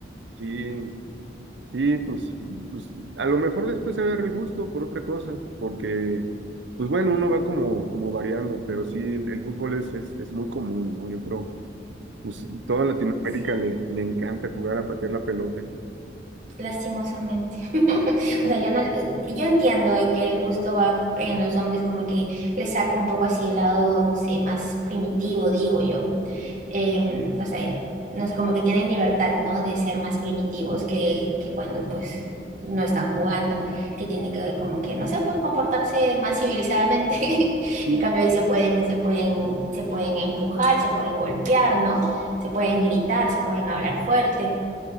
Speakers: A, on the right; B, on the right.
A: sí, sí, pues, pues, a lo mejor después agarro el gusto por otra cosa, porque, pues bueno, uno va como, como variando, pero sí, el, el fútbol es, es, es muy común, ¿no? Yo creo, pues toda Latinoamérica
B: Sí,
A: le, le encanta jugar a patear la pelota.
B: Lastimosamente. <laughs>
A: Sí,
B: O sea, yo no, yo entiendo que el gusto va en los hombres como que le saca un poco así el lado, no sé, más primitivo, digo yo. Em, o sea, no sé, como que tienen libertad, ¿no? De ser más primitivos que, que cuando pues no están jugando, que tienen que como que, no sé, pues comportarse más civilizadamente. <laughs>
A: sí,
B: En cambio ahí se pueden, se pueden, se pueden empujar, se pueden golpear, ¿no? Se pueden gritar, se pueden hablar fuerte.